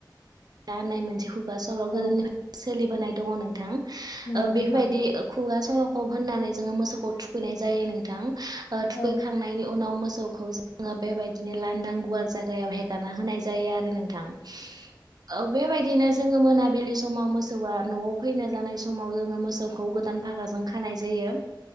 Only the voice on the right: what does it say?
जा होननाय मोनसे खुगा स'ल' गोदोनिफ्रय
ओ
बेफोरबायदि खुगा सल'खौ होननानै जोंङो मोसौखौ थुखैनाय जायो नोंथां। ओ थुखैखांनायनि
उनाव मो सौखौ जोंङो बेबायदिनो लांदां गुवार जायगायाव हेगारना होनाय जायो आरो नोंथां । औ बेेबायायदिनो जोंङो मोनाबिलि समाव मोसौआ न'आव फैनो जानाय समाव जोंङो मोसौखौ गोदान फागाजों खानाय जायो ।